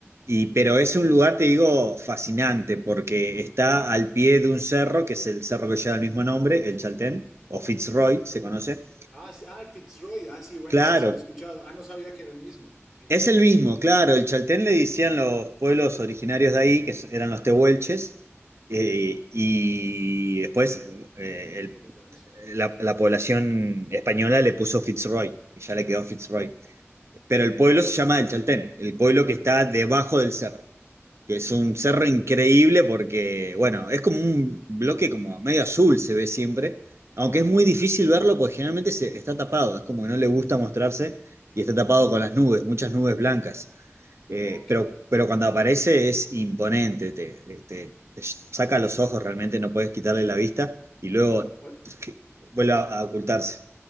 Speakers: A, on the right (about 65°); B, in the centre.
A: Y, pero es un lugar, te digo, fascinante, porque está al pie de un cerro, que es el cerro que lleva el mismo nombre, el Chaltén, o Fitzroy,
B: Charlton.
A: se conoce.
B: Ah, sí, ah, el Fitzroy. Ah, sí, bueno,
A: Claro,
B: ese sí lo he escuchado. Ah, no sabía que era el mismo. Mira,
A: Es el mismo, claro, el chaltén le decían los pueblos originarios de ahí, que s- eran los tehuelches, eh, y después eh, el-
B: qué lindo eso.
A: la, la población española le puso Fitzroy, y ya le quedó Fitzroy pero el pueblo se llama El Chaltén, el pueblo que está debajo del cerro, que es un cerro
B: Mm,
A: increíble porque, bueno, es como un bloque como medio azul se ve siempre, aunque es muy difícil verlo porque generalmente se, está tapado, es como que no le gusta mostrarse y está tapado con las nubes, muchas nubes blancas, Eh,
B: Ok.
A: pero, pero cuando aparece es imponente, te, te- te saca los ojos realmente, no puedes quitarle la vista y luego
B: O-
A: <laughs> vuelve a, a ocultarse.